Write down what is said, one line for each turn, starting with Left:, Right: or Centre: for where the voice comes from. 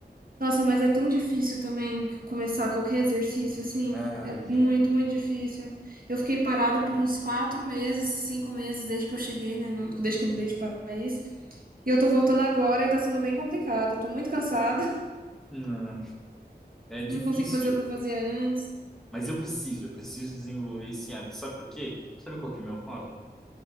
Right: Nossa, mas é tão difícil também começar qualquer exercício assim.
Centre: Ah,
Right: É
Centre: é.
Right: muito, muito difícil. Eu fiquei parada por uns quatro meses, cinco meses, desde que eu cheguei, né? no- desde que eu mudei de país. E eu tô voltando agora e tá sendo bem complicado. Eu tô muito cansada. <laughs>
Centre: Não, é difícil.
Right: Não consigo fazer o que eu fazia antes.
Centre: Mas eu preciso, eu preciso desenvolver esse hábito. Sabe por quê? Sabe qual que é o meu hobby?